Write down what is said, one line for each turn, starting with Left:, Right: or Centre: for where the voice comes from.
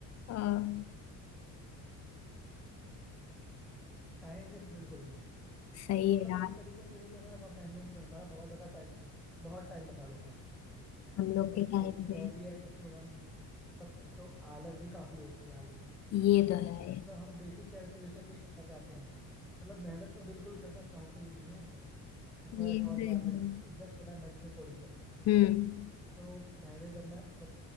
Left: आ,
Centre: टाइम वेस्ट बिल्कुल नहीं
Left: सही
Centre: ये मतलब
Left: है यार
Centre: एक तरीके से ये है कि हमारा कंपेनियन तो है हमारा बहुत ज्यादा टाइम बहुत टाइम बचा लेता है
Left: हम लोग
Centre: बट
Left: के टाइम
Centre: एक चीज
Left: में
Centre: और भी है कि फिर हम मतलब एक तो आलस भी काफी हो चुके हैं आलसी
Left: ये तो है
Centre: मतलब हम बेसिक कैलकुलेशन नहीं करना चाहते हैं मतलब मेहनत तो बिल्कुल करना चाहते ही नहीं है कि थोड़ा
Left: ये
Centre: एफर्ट
Left: <laughs> तो
Centre: मार ले
Left: है
Centre: इनफैक्ट पता है मैं जैसे कोडिंग करता हूँ ठीक
Left: हम्म
Centre: है तो पहले जब मैं जब